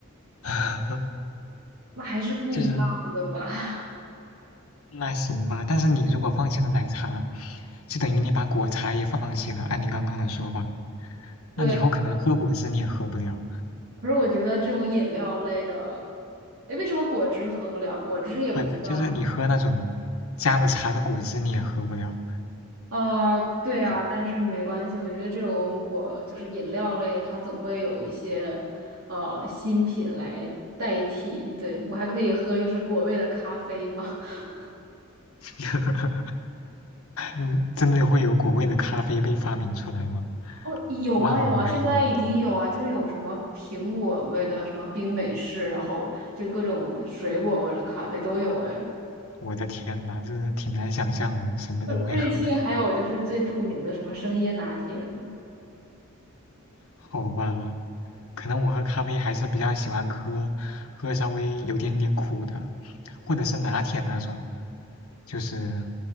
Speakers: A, on the left; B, on the right.
A: <laughs>
B: 那还是不一样的吧？
A: 就是
B: <laughs>
A: 那行吧，但是你如果放弃了奶茶，就等于你把果茶也放弃了。按你刚刚的说法，
B: 对，
A: 那你以后可能喝果汁你也喝不了，
B: 可是我觉得这种饮料类的，哎，为什么果汁喝不了？果汁也不算。
A: 不，就是你喝那种加了茶的果汁你也喝不了。
B: 呃，对啊，
A: 嗯。
B: 但是没关系，我觉得这种果就是饮料类的，它总会有一些呃新品来代替。对，我还可以喝就是果味的咖啡吗？<laughs>
A: <laughs> 呵呵嗯，真的会有果味的咖啡被发明出来吗？
B: 哦，有啊有啊，
A: 我很怀疑。
B: 现在已经有啊，就是有什么苹果味的什么冰美式，然后就各种水果味的咖啡都有哎。
A: 我的天呐，真的挺难想象什么人会喝的
B: <laughs> 瑞幸还有就是最著名的什么生椰拿铁了，
A: 好吧，可能我喝咖啡还是比较喜欢喝喝稍微有点点苦的，或者是拿铁那种，就是